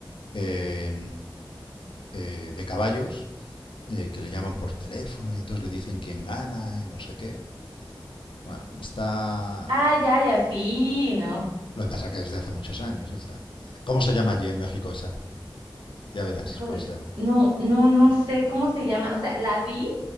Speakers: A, on the left; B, on the right.
A: eh, eh, de caballos eh, que le llaman por teléfono y entonces le dicen quién gana y no sé qué. Bueno, está...
B: Ah, ya, ya, sí, ¿no?
A: Lo que pasa es que es de hace muchos años esa. ¿Cómo se llama allí en México esa? Ya verás
B: Híjole,
A: cómo se llama.
B: no, no, no sé cómo se llama. O sea, la vi